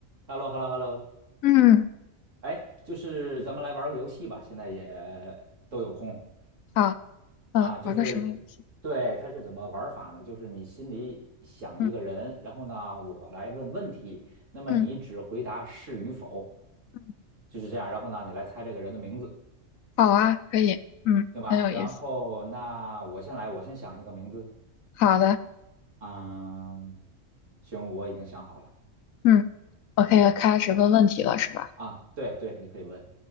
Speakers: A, on the right; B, on the left.
A: h e l l o h e l l o h e l l o
B: 嗯，
A: 哎，就是咱们来玩个游戏吧，现在也都有空
B: 好，嗯，
A: 啊。就是
B: 玩个什么游戏？
A: 对，它是怎么玩法呢？就是你心里想一个人，
B: 嗯
A: 然后呢，我来问问题，那么你只回答是与否，
B: 嗯嗯，
A: 就是这样。然后呢，你来猜这个人的名字，
B: 好啊，可以，嗯，
A: 行吧？
B: 很有意思。
A: 然后那我先来，我先想一个名字。
B: 好的，
A: 嗯，行，我已经想好了。
B: 嗯，我可以开始问问题了，
A: 嗯，
B: 是吧？
A: 啊，对对，你可以问。